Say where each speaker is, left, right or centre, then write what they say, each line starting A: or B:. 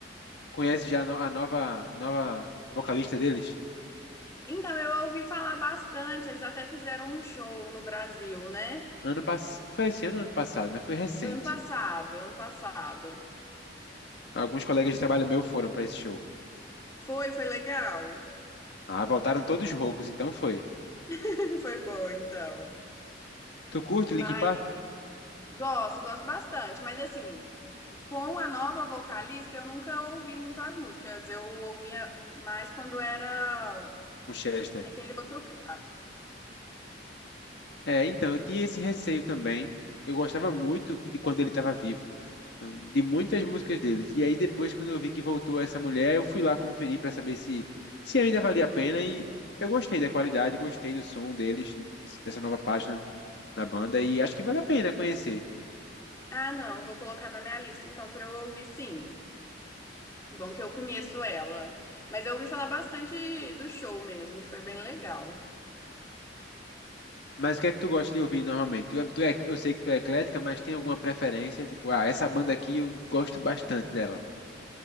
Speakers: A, on the left (about 65°); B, on the left (about 15°).
A: Conhece já a no- a nova, nova vocalista deles?
B: Então, eu ouvi falar bastante, eles até fizeram um show no Brasil, né?
A: Ano pass... Foi esse ano ou ano passado, mas foi recente.
B: Foi ano passado, ano passado.
A: Alguns colegas de trabalho meu foram pra esse show.
B: Foi, foi legal.
A: Ah, voltaram todos roucos, então foi.
B: <laughs> Foi bom, então.
A: Tu curte
B: Mas
A: Linkin Park?
B: gosto, gosto bastante. Mas assim, com a nova vocalista, eu nunca ouvi muito as músicas. Eu ouvia mais quando era
A: O Chester.
B: aquele outro. ca-
A: É, então, eu tinha esse receio também. Eu gostava muito de quando ele estava vivo, então, de muitas músicas deles. E aí depois, quando eu vi que voltou essa mulher, eu fui lá conferir para saber se, se ainda valia a pena e eu gostei da qualidade, gostei do som deles, dessa nova página na banda e acho que vale a pena conhecer.
B: Ah, não, vou colocar na minha lista então pra eu ouvir sim. Bom que eu conheço ela. Mas eu ouvi falar bastante do show mesmo, que foi bem legal.
A: Mas o que é que tu gosta de ouvir normalmente? Tu é, tu é, eu sei que tu é eclética, mas tem alguma preferência? Tipo, ah, essa banda aqui eu gosto bastante dela.